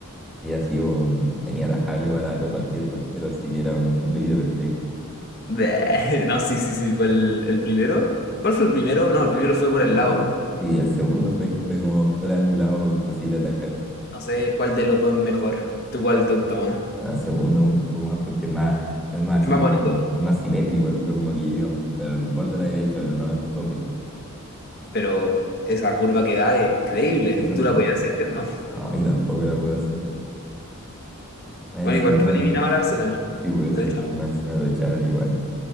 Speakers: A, in the centre; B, on the left.
A: había sido mm, inatajable para to- cualquier portero, así que era un tiro libre perfecto.
B: Bleh. <laughs> No, sí, sí, sí, fue el, el primero. ¿Cuál fue el primero? No, el primero fue por
A: Eh,
B: el lado.
A: fue- sí, el segundo fue el que fue como fue el angulado, imposible atajar.
B: No sé cuál de los dos es mejor. ¿Tú cuál te gusta más?
A: Ah, El segundo me gusta un poco más porque es más, es más
B: Es
A: así
B: más
A: como,
B: bonito,
A: es más simétrico, el otro como que llega un- al borde de la derecha, pero no al tope.
B: pero esa curva que da es increíble.
A: Eso
B: ¿Tú
A: sí.
B: la podías hacer? Yo no.
A: No, y tampoco la puedo hacer. Más
B: Bueno,
A: encima,
B: igual que eliminaba al Arsenal.
A: sí, por eso,
B: derechamente.
A: porque más encima lo echaron igual.